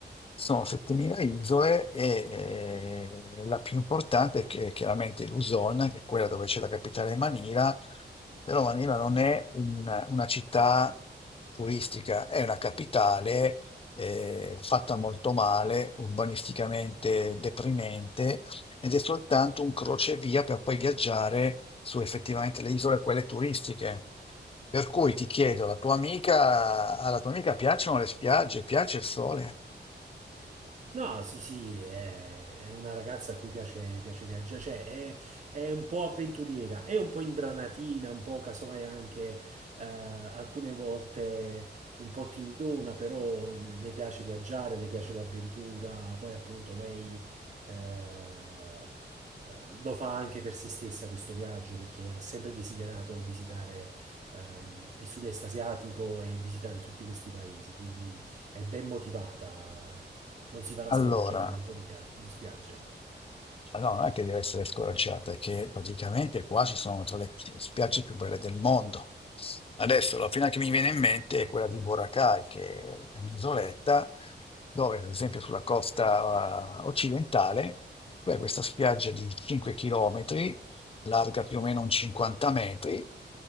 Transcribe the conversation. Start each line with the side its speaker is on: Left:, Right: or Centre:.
Left: Sono 7.000 isole e eh, la più importante è che- chiaramente Luzon, che è quella dove c'è la capitale Manila, Però Manila non è un- una città turistica, è una capitale eh, fatta molto male, urbanisticamente deprimente, ed è soltanto un crocevia per poi viaggiare su effettivamente le isole, quelle turistiche. Per cui ti chiedo, alla tua amica, alla tua amica piacciono le spiagge, piace il sole?
Right: No, sì, sì, è, è una ragazza a cui piace, piace viaggiare, cioè è, è un po' avventuriera, è un po' imbranatina, un po' casomai anche eh, alcune volte un po' timidona, però le piace viaggiare, le piace l'avventura, poi appunto lei eh, eh, lo fa anche per se stessa questo viaggio, perché ha sempre desiderato visitare ehm, il sud-est asiatico e visitare tutti questi paesi, quindi è ben motivata. Non si farà
Left: Allora.
Right: scoraggiare da un po' di, pia- di spiaggia.
Left: Ma no, non è che deve essere scoraggiata, è che praticamente qua ci sono tra le spiagge più belle del mondo. Adesso la prima che mi viene in mente è quella di Boracay, che è un'isoletta dove, ad esempio, sulla costa eh, occidentale, tu hai questa spiaggia di 5 km, larga più o meno un 50 metri,